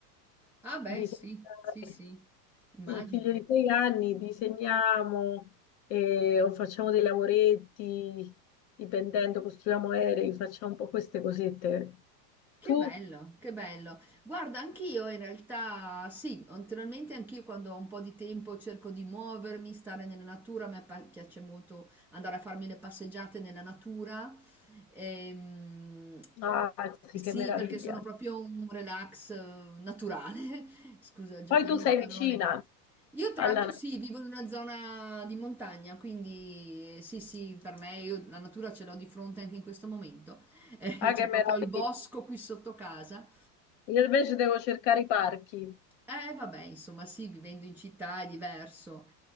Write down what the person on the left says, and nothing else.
disegnare
un figlio di sei anni, disegniamo eh, o facciamo dei lavoretti, dipendendo, costruiamo aerei, facciamo un po' queste cosette.
Tu,
ah, sì,
che meraviglia.
Poi tu
sei
vicina
alla...
natura,
Ah,
che meraviglia.
Io invece devo cercare i parchi